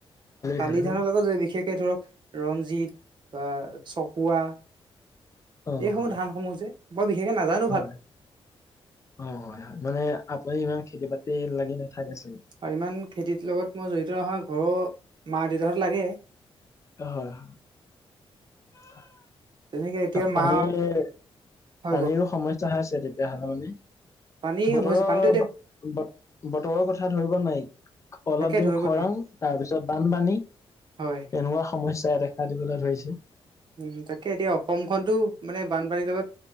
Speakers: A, on the right (about 50°); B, on the left (about 30°).
A: শালি
B: ধান
A: ধানৰ
B: ন
A: লগত বিশেষকে ধৰক। ৰঞ্জিত বা চকুৱা
B: অ',
A: এইসমূহ
B: হয়,
A: ধানসমূহ যে। বৰ বিশেষে নাজান।
B: হয় অ হয় মানে আপুনি ইমান খেতি বাতি লাগি নাথাকে চোন।
A: আৰু ইমান খেতিৰ লগত মই জড়িত নহয় ঘৰৰ মা দেউতাহঁত লাগে।
B: হয় হয়। পানীৰ।
A: তেনেকে এতিয়া মা হয়
B: পানীৰো
A: কওক
B: সমস্যা হৈ আছে তেতিয়াহলে মানে
A: পানী
B: বতৰৰ।
A: হৈছে পানীটো এতিয়া
B: ব বতৰৰ কথা ধৰিব নোৱাৰি। অলপ
A: তাকে
B: দিন
A: ধৰিব
B: খৰাং
A: নোৱাৰি
B: তাৰ পিছত বানপানী এনেকুৱা
A: হয়
B: সমস্যাই দে। খা দিবলৈ ধৰিছে।
A: উম তাকে এতিয়া অসমখনতো মানে বানপানীৰ লগত।